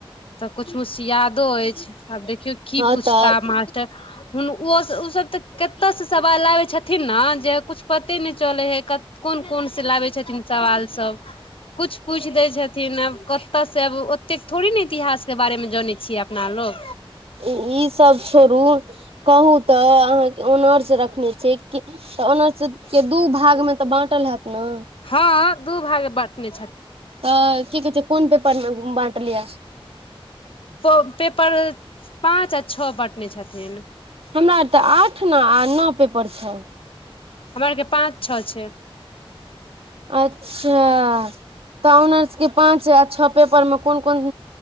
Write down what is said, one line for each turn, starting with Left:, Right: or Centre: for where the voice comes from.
Left: तऽ कुछ कूछ यादो अछि आब देख की
Right: हँ
Left: पुछता
Right: तऽ
Left: मास्टर हुन ओ ओ सब तऽ कते से सवाल आबे छथिन ने जे कुछ पते न चले हे कोन कोन कोन से लाबै छथिन सवाल सब कुछ पूछ दै छथिन आब कतय से आब ओतेक थोड़े ने इतिहास के बारेमे जानै छियै अपना लोग
Right: ईसभ छोड़ू कहू त अहा के औनर्स रखने छि कि ऑनर्स के दू भ ाग मे तऽ बाँटल हैत ने
Left: हँ दू भाग बाटने
Right: तऽ की कहै छै कोन पेपरमे बाँटलियै
Left: पेपर पाँच आ छओ बँटने छथिन
Right: हमरा आर तऽ आठ न आ नओ पेपर छै
Left: हमरा आर के पाँच छौ छै
Right: अच्छा तऽ ऑनर्स के पाँच आ छौ पेपर मे कोन कोन